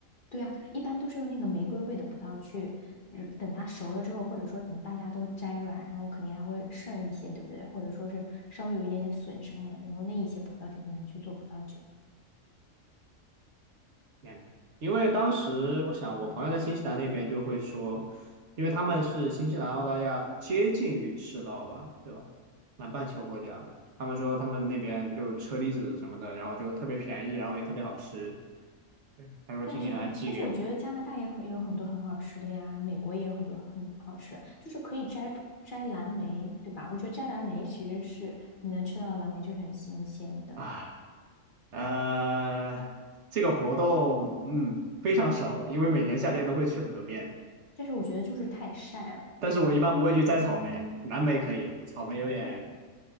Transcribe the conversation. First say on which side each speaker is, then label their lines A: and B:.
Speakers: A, on the left (about 40°); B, on the right (about 60°).
A: 对啊，一般都是用那个玫瑰味的葡萄去，嗯等它熟了之后，或者说等大家都摘完，然后肯定还会剩一些，对不对？或者说是稍微有一点点损伤的，然后那一些葡萄就可以拿去做葡萄酒。
B: 嗯，因为当时我想，我朋友在新西兰那边就会说，因为他们是新西兰、澳大利亚接近于赤道吧，对吧？南半球国家，他们说他们那边就车厘子什么的，然后就特别便宜，然后也特别好吃。对，他说今年还寄给我
A: 但是，但是我觉得加拿大也很有很多很好吃的呀，美国也有很多很好吃的，就是可以摘摘蓝莓，对吧？我觉得摘蓝莓其实是你能吃到的蓝莓就是很新鲜的，
B: 啊，呃，这个活动嗯非常熟，因为每年夏天都会去很多遍，
A: 但是我觉得就是太晒了。
B: 但是我一般不会去摘草莓，蓝莓可以，草莓有点